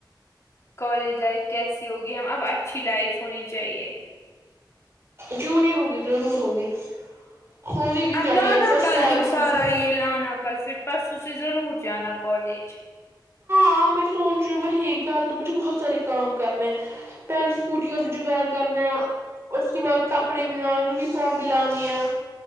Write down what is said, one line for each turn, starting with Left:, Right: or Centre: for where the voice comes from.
Left: کالج لائف کیسی ہوگی ہم اب اچھی لائف ہونی چاہیے
Right: کیوں نہیں ہوگی ضرور ہوگی ہونی بھی
Left: اب
Right: چاہیے
Left: لانا
Right: فرسٹ
Left: کل
Right: ٹائم
Left: تم
Right: ہم
Left: سارا یہ لانا کل پھر پرسوں سے ضرور جانا کالج
Right: ہاں میں سوچ رہی ہوں وہی کل تو مجھے بہت سارے کام کرنے کل اسکوٹی کا بھی جگاڑ کرنا اس کے بعد کپڑے بھی لان یونیفارم بھی لانی ہے